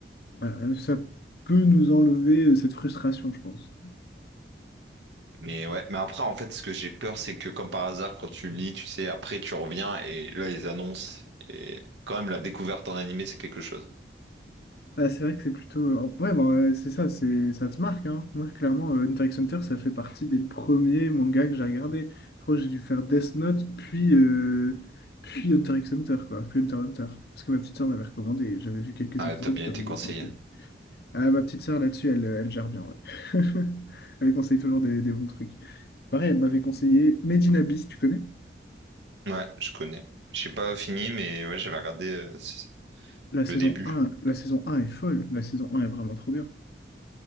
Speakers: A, on the left; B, on the right.
A: bah, euh, ça peut nous enlever euh, cette frustration, je pense.
B: Mais ouais, mais après, en fait, ce que j'ai peur, c'est que comme par hasard, quand tu lis, tu sais, après, tu reviens et là, ils annoncent. Et quand même, la découverte en animé, c'est quelque chose.
A: Ah, c'est vrai que c'est plutôt. euh, Ouais, bah, euh, c'est ça, c'est ça te marque, hein. Moi, clairement, euh, Hunter x Hunter, ça fait partie des premiers mangas que j'ai regardé. Je crois que j'ai dû faire Death Note, puis, euh, puis Hunter x Hunter, quoi. Puis Hunter x Hunter. Parce que ma petite sœur m'avait recommandé et j'avais vu quelques
B: Ah,
A: épisodes,
B: t'as bien
A: ça
B: été
A: m'avait
B: conseillé.
A: tenté. Ah, ma petite sœur, là-dessus, elle, elle gère bien, ouais. <laughs> Elle me conseille toujours des, des bons trucs. Pareil, elle m'avait conseillé Made in Abyss, tu connais?
B: Ouais, je connais. J'ai pas fini, mais ouais, j'avais regardé euh, c-
A: La
B: le
A: saison
B: début.
A: 1, la saison 1 est folle. La saison 1 est vraiment trop bien.